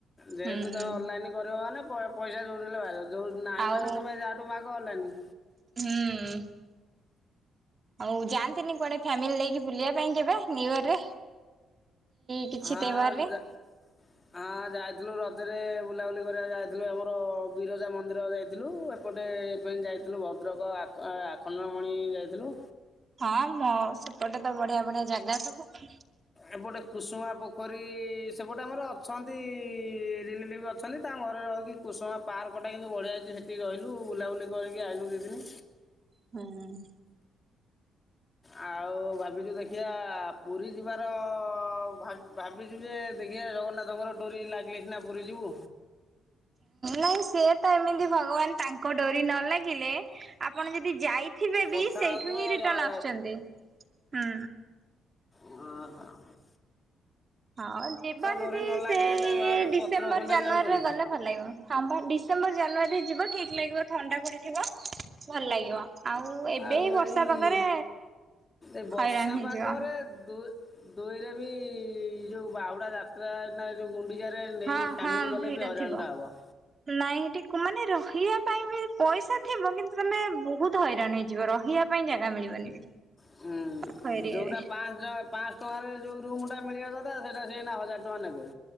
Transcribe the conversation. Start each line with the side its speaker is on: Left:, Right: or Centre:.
Left: ଯେହେତୁ
Right: ହୁଁ
Left: ତମେ ଅନଲାଇନ କରିବ ମାନେ ପଇସା କୋଉଠୁ ହେଲେ ବାହାରିବ। ଯୋଉ ନାଇଁ
Right: ଆଉ
Left: ମାନେ ତମେ ଯାହାଠୁ ମାଗ ଅନଲାଇନି।
Right: ହୁଁ। ଆଉ ଯାଆନ୍ତିନି କୁଆଡେ ଫ୍ୟାମିଲି ନେଇକି ବୁଲିବା ପାଇଁ କେବେ ନିୁ ଇୟର ରେ। କି
Left: ହଁ
Right: ରେ
Left: ଯା ହଁ ଯାଇଥିଲୁ ରଜରେ ବୁଲାବୁଲି କରିବାକୁ ଯାଇଥିଲୁ ଆମର ବିରଜା ମନ୍ଦିର ଯାଇଥିଲୁ ଏ ଏପଟେ ଫେଣି ଯାଇଥିଲୁ ଭଦ୍ରକ ଆଖଣ୍ଡମଣି ଯାଇଥିଲୁ।
Right: ହଁ ମ ସେପଟେ ତ ବଢିଆ ବଢିଆ ଜାଗା ସବୁ।
Left: ଏପଟେ କୁସୁମା ପୋଖରୀ ସେପଟେ ଆମର ଅଛନ୍ତି ରିଲେଟିଭ୍ ଅ ଅଛନ୍ତି ତା ଘରେ ରହିକି କୁଷୁମା ପାର୍କଟା କିନ୍ତୁ ବଢ଼ିଆ ଅଛି ସେଠି ରହିଲୁ ବୁଲାବୁଲି କରିକି ଆଇଲୁ ଦୁଇ ଦିନ।
Right: ହୁଁ।
Left: ଆଉ ଭାବିଛୁ ଦେଖିବା ପୁରୀ ଯିବାର ଭାବି ଭାବି ଭାବିଚୁ ଯେ ଦେଖିବା ଜଗନ୍ନାଥଙ୍କର ଡୋରି ଲାଗିଲେ ସିନା ପୁରୀ ଯିବୁ।
Right: ନାଇଁ ସେ ତ ଏମିତି ଭଗବାନ ତାଙ୍କ ଡୋରି ନ ଲାଗିଲେ। ଆପଣ ଯଦି ଯାଇଥିବେ ବି
Left: କଥା
Right: ସେଇଠୁ
Left: ହେଉଥିବ
Right: ହିଁ ରିଟର୍ନ
Left: ଯାହା
Right: ଆସୁଛନ୍ତି ହଁ।
Left: ହଁ ହଁ।
Right: ହଁ ଯିବା ଯଦି
Left: ଡୋରି ନ ଲାଗିଲେ
Right: ସେଇ
Left: ତାଙ୍କ ଭାଉଜ
Right: ଡିସେମ୍ବର
Left: ପତ୍ର ଖଣ୍ଡେ
Right: ଜାନୁଆରୀରେ
Left: ବି ହଲୁନି
Right: ଗଲେ। ଭଲ ଲାଗିବ ହଁ ବା ଡିସେମ୍ବର ଜାନୁଆରୀ ଯିବ ଠିକ ଲାଗିବ ଥଣ୍ଡା ପଡିଥିବ ଭଲ ଲାଗିବ। ଆଉ ଏବେ
Left: ଆଉ
Right: ବର୍ଷା
Left: ଏଇ
Right: ପାଗରେ
Left: ଏ ବର୍ଷା
Right: ହଇରାଣ ହେଇଯିବ
Left: ପାଗରେ ଦୁ ଦୁଇରେ ବି ଯୋଉ ବାହୁଡା ଯାତ୍ରା ନା ଗୁଣ୍ଡିଚାରେ ନେଇକି
Right: ହଁ
Left: ଫ୍ୟାମିଲି
Right: ହଁ
Left: ଗଲେ
Right: ଭିଡ
Left: ବି ହଇଣଟା
Right: ଥିବ
Left: ହବ।
Right: ନାଇଁ ଟିକ ମାନେ ରହିବା ପାଇଁ ବି ପଇସା ଥିବ। କିନ୍ତୁ ତମେ ବହୁତ ହଇରାଣ ହେଇଯିବ ରହିବା ପାଇଁ ଜାଗା ମିଳିବନି।
Left: ହୁଁ
Right: ପାଖ ଏରିଆରେ
Left: ଯଉଟା ପା ପାଞ୍ଚ ଜପ୍ ପାଆଁଶ ଟଙ୍କାରେ ଯୋଉ ରୁମ ଟା ମିଳିବା କଥା ସେଟା ସେଇ ହଜାର ଟଙ୍କା ନେବେ।